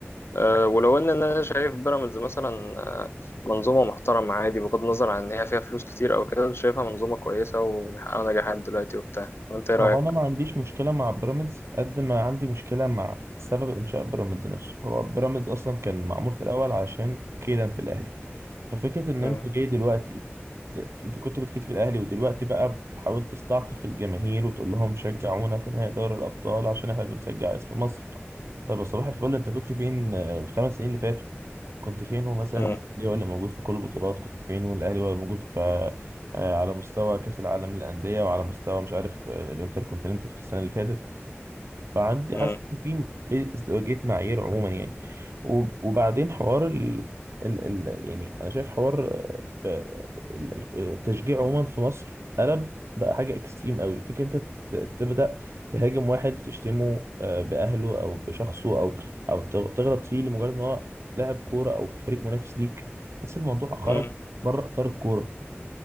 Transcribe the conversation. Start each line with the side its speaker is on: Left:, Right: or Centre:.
Left: أه ولو ان انا شايف بيراميدز مثلا آه، منظومة محترمة عادي بغض النظر عن ان هي فيها فلوس كتير او كده شايفها منظومة كويسة وبيحققوا نجاحات دلوقتي وبتاع وانت ايه رأيك؟
Right: هو انا ما عنديش مشكله مع بيراميدز قد ما عندي مشكله مع سبب انشاء بيراميدز نفسه هو بيراميدز اصلا كان معمول في الاول علشان كيدا في الاهلي ففكره ان
Left: مم.
Right: انت جاي دلوقتي ت- ت- انت كنت بتكيد في الاهلي ودلوقتي بقى بتحاول تستعطف الجماهير وتقول لهم شجعونا في نهائي دوري الابطال عشان احنا بنشجع اسم مصر طب يا صباح الفل انت كنت فين آه، الخمس سنين اللي فاتوا كنت فين مثلا
Left: مم.
Right: الاهلي ولا موجود في كل البطولات كنت فين والاهلي ولا موجود في آه، على مستوى كاس العالم للانديه وعلى مستوى مش عارف آه، الانتر كونتيننتال في السنه اللي فاتت فعندي
Left: مم.
Right: حاسس ان في في ازدواجية معايير عموما يعني وب- وبعدين حوار ال... ال... ال... يعني انا شايف حوار آه، ب- ال- ال- التشجيع عموما في مصر قلب بقى حاجة اكستريم قوي فكرة انت ت- تبدأ تهاجم واحد وتشتمه آه، بأهله او بشخصه او او تغ- تغلط فيه لمجرد ان هو لاعب كورة او في فريق منافس ليك حاسس الموضوع خرج
Left: مم.
Right: بره اطار الكورة